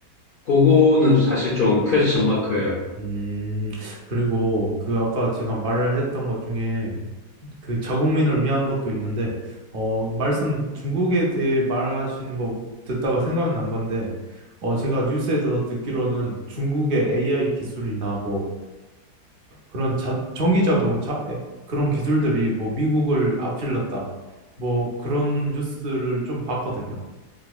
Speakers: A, on the left; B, on the right.
A: 그거는 사실 좀 퀘스천 마크예요.
B: 음, 그리고 그 아까 제가 말을 했던 것 중에 그 자국민을 위한 것도 있는데, 어, 말씀 중국에 대해 말하시는 거 듣다가 생각난 건데, 어, 제가 뉴스에서 듣기로는 중국의 AI 기술이나 뭐 그런 자, 전기 자동차 에, 그런 기술들이 뭐 미국을 앞질렀다. 뭐 그런 뉴스를 좀 봤거든요.